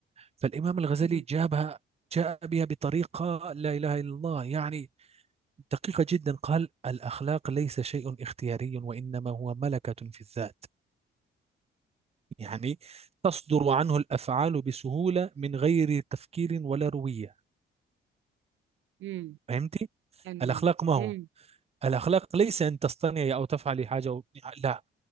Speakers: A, on the right (about 30°); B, on the right (about 75°).
A: فالإمام الغزالي
B: امم
A: جابها جاء بها بطريقة لا إله إلا الله يعني دقيقة جدا قال الأخلاق ليس شيء اختياري وإنما هو ملكة في الذات يعني تصدر عنه الأفعال بسهولة من غير تفكير ولا روية
B: امم
A: فهمتي؟
B: حلو
A: الأخلاق
B: ده
A: ما هو؟
B: امم
A: الأخلاق ليس أن تصطنعي أو تفعلي حاجة و... لا